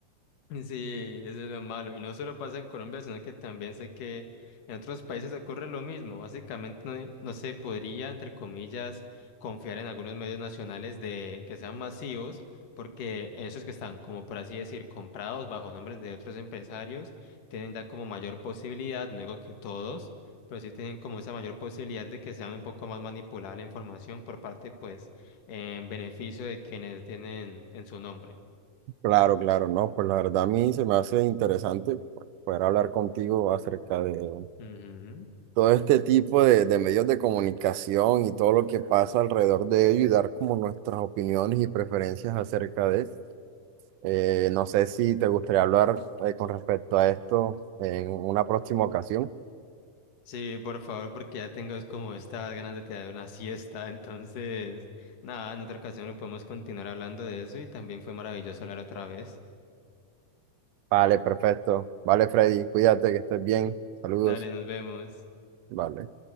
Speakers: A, on the left; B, on the right.
A: Sí, eso es lo malo. Y no solo pasa en Colombia, sino que también sé que en otros países ocurre lo mismo. Básicamente no, eh, no se podría, entre comillas, confiar en algunos medios nacionales de que sean masivos, porque esos que están, como por así decir, comprados bajo nombres de otros empresarios, tienen ya como mayor posibilidad, no digo que todos, pero sí tienen como esa mayor posibilidad de que sea un poco más manipulada la información por parte, pues, en beneficio de quienes tienen en su nombre.
B: Claro, claro, no, pues la verdad a mí se me hace interesante poder hablar contigo acerca de
A: Ujú.
B: todo este tipo de, de medios de comunicación y todo lo que pasa alrededor de ello y dar como nuestras opiniones y preferencias acerca de Eh, no sé si te gustaría hablar eh, con respecto a esto en una próxima ocasión.
A: Sí, por favor, porque ya tengo es como estas ganas de tirar una siesta. <laughs> Entonces, nada, en otra ocasión lo podemos continuar hablando de eso y también fue maravilloso hablar otra vez.
B: Vale, perfecto. Vale, Freddy, cuídate, que estés bien.
A: <laughs>
B: Saludos.
A: Dale, nos vemos.
B: Vale.